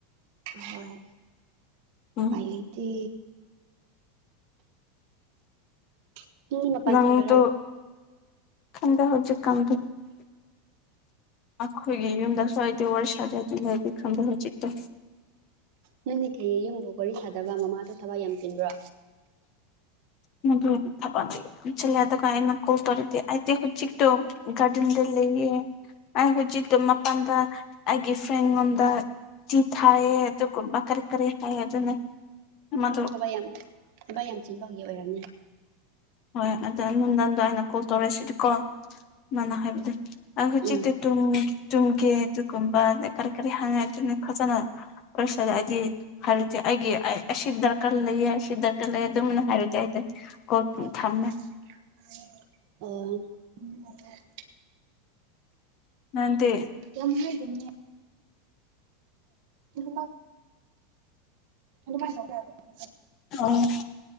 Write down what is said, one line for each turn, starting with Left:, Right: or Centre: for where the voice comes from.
Right: ꯑꯍꯣꯏ
Left: ꯎꯝ
Right: ꯂꯩꯇꯦ <unintelligible>
Left: ꯅꯪꯇꯣ
Right: ꯆꯠꯇꯣꯏꯔꯥ
Left: ꯈꯪꯗꯦ ꯍꯧꯖꯤꯛꯀꯥꯟꯗꯨ ꯑꯈꯣꯏꯒꯤ ꯌꯨꯝꯗ ꯁ꯭ꯋꯥꯏꯗꯤ ꯋꯥꯔꯤ ꯁꯥꯗ ꯑꯗꯨꯅꯗꯤ ꯈꯪꯗꯦ ꯍꯧꯖꯤꯛꯇꯣ
Right: ꯅꯪꯅꯤ ꯀꯔꯤ ꯌꯨꯝꯕꯨ ꯋꯥꯔꯤ ꯁꯥꯗꯕ ꯃꯃꯥꯗꯣ ꯊꯕꯛ ꯌꯥꯝ ꯆꯤꯟꯕ꯭ꯔꯣ
Left: ꯏꯃꯥꯗꯣ ꯊꯕꯛꯁꯦ ꯌꯥꯝ ꯆꯤꯜꯂꯦ ꯗꯨꯒ ꯑꯩꯅ ꯀꯣꯜ ꯇꯧꯔꯗꯤ ꯑꯩꯗꯤ ꯍꯨꯆꯤꯛꯇꯣ ꯒꯥꯔꯗꯦꯟꯗ ꯂꯩꯌꯦ ꯑꯩ ꯍꯨꯖꯤꯛꯇꯣ ꯃꯄꯥꯟꯗ ꯑꯩꯒꯤ ꯐ꯭ꯔꯦꯟ ꯉꯣꯟꯗ ꯆꯤ ꯊꯥꯏꯌꯦ ꯗꯨꯒꯨꯝꯕ ꯀꯔꯤ ꯀꯔꯤ ꯍꯥꯏꯌꯦ ꯑꯗꯨꯅꯦ ꯏꯃꯥꯗꯣ
Right: ꯊꯕꯛ ꯌꯥꯝ ꯊꯕꯛ ꯌꯥꯝ ꯆꯤꯟꯕꯒꯤ ꯑꯣꯏꯔꯝꯅꯤ
Left: ꯍꯣꯏ ꯑꯗꯣ ꯅꯨꯟꯗꯥꯡꯗ ꯑꯩꯅ ꯀꯣꯜ ꯇꯧꯔꯦꯁꯤꯗꯤꯀꯣ ꯃꯥꯅ ꯍꯥꯏꯕꯗꯨ ꯑꯩ ꯍꯨꯆꯤꯛꯇꯤ
Right: ꯎꯝ
Left: ꯇꯨꯝ ꯇꯨꯝꯀꯦ ꯇꯨꯀꯨꯝꯕ ꯀꯔꯤ ꯀꯔꯤ ꯍꯪꯉꯦ ꯑꯗꯨꯅꯦ ꯐꯖꯅ ꯑꯣꯏꯁꯜꯂꯑꯗꯤ ꯍꯥꯏꯔꯗꯤ ꯑꯩꯒꯤ ꯑꯩ ꯑꯁꯤꯗ ꯀꯜ ꯂꯩꯌꯦ ꯑꯁꯤꯗ ꯀꯜꯂꯦ ꯑꯗꯨꯝꯅ ꯍꯥꯏꯔꯗꯤ <unintelligible> ꯀꯣꯜ
Right: ꯑꯣ ꯍꯣ
Left: ꯊꯝꯃꯦ
Right: ꯇꯥꯏꯌꯦ ꯑꯣ <unintelligible>
Left: ꯅꯪꯗꯤ
Right: ꯂꯝꯍꯥꯏꯗꯩꯅꯦ <unintelligible> ꯑꯗꯨꯃꯥꯏꯟ ꯇꯧꯕ ꯌꯥꯕ ꯊꯕꯛꯂ
Left: ꯑꯣ